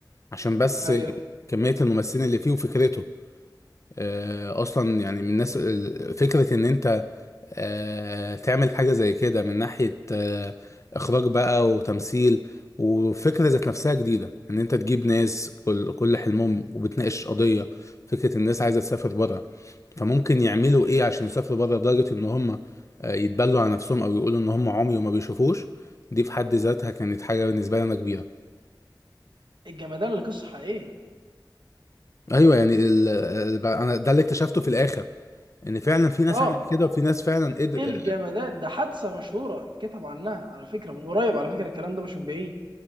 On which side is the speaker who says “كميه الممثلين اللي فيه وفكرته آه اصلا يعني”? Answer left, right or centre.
Left